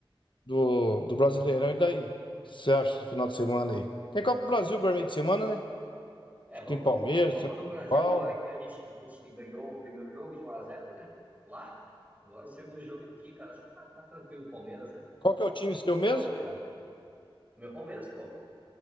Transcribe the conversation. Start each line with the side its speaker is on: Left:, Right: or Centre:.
Left: do, do Brasileirão. E daí? O que Você acha esse final de semana aí? Tem Copa do Brasil agora meio de semana, né?
Right: É,
Left: Acho
Right: vamos,
Left: que Tem Palmeiras,
Right: vamos pra Copa
Left: tem São
Right: do Brasil
Left: Paulo.
Right: agora aqui. A gente, a gente ganhou o primeiro jogo de um a zero, né? Lá. Agora o segundo jogo é aqui, cara. Acho que tá, tá tranquilo o Palmeiras, né?
Left: Qual que é o time
Right: E o São
Left: seu mesmo?
Right: Paulo, cara? Meu Palmeiras, pô.